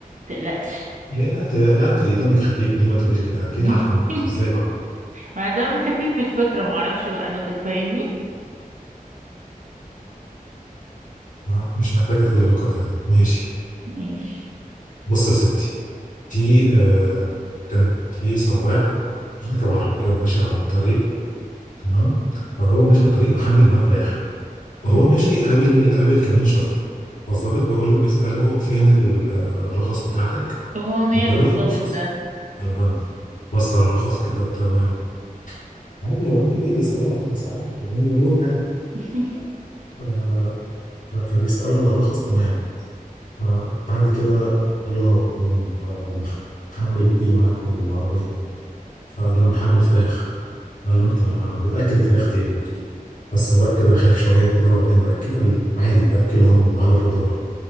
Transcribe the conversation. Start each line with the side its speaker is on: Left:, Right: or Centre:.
Right: متقلقش
Left: ليه لا انت لا انت دمك خفيف ليه ما تقوليش كده اكيد
Right: <laughs>
Left: عارفه النكت ازاي بقى
Right: ما دام خفيف بالفطرة معرفش بقى نكت فاهمني
Left: آه، مش محتاجه تقولي نكت يعني ماشي
Right: <laughs> ماشي
Left: بصي يا ستي في آه كان في سواق راكب عربيه ومشي على الطريق تمام فهو مشي على الطريق محمل معاه فراخ
Right: مم.
Left: هو ماشي قابل قابل كمين شرطة فالظابط بيقول له بيسأله فين ال- الرخص بتاعتك
Right: هو ماله
Left: اداله
Right: الظابط
Left: الرخص
Right: ده
Left: يا فندم بص على الرخص كده تمام عادي يا بنت ايه بيسأله على الرخص عادي بدون مرور يعني
Right: <laughs>
Left: آه، فبيسأله على الرخص تمام آه، بعد كده قال له آه، محمل ايه معاك في العربية فقال له أنا محمل فراخ قال له انت بتأكل الفراخ دي ايه بس هو كده خايف شوية كده وبعدين بأكل عادي بأكلهم على فودرة